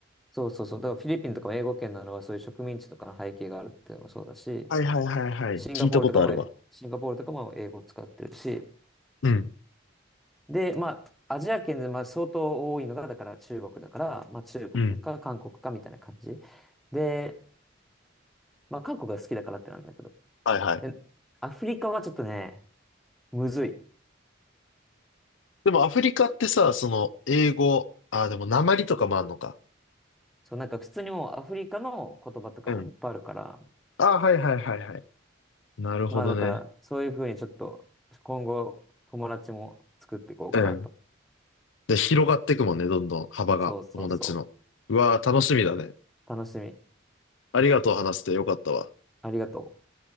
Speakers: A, in the centre; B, on the left.
A: そうそうそう。だからフィリピンとかも英語圏なのはそういう植民地とかの背景があるっていうのもそうだし、
B: はいはいはいはい。
A: シンガポールとかも、
B: 聞いたことあるわ。
A: シンガポールとかも英語を使ってるし、
B: うん。
A: で、まあ、アジア圏でまあ相当多いのが、だから中国だから、まあ中国か韓国かみたいな感じ。
B: うん。
A: で、まあ韓国が好きだからってなんだけど。
B: はいはい。
A: で、アフリカはちょっとね、むずい。
B: でもアフリカってさ、その、英語、ああ、でも訛りとかもあんのか。
A: そう、なんか普通にもうアフリカの言葉とかもいっぱいあるから、
B: うん。ああ、はいはいはいはい。なるほどね。
A: まあだからそういうふうにちょっと今後友達も作っていこうかなと。
B: うん。で、広がっていくもんね、どんどん幅が、
A: そうそうそう。
B: 友達の。うわあ、楽しみだね。
A: 楽しみ。
B: ありがとう、話してよかったわ。
A: ありがとう。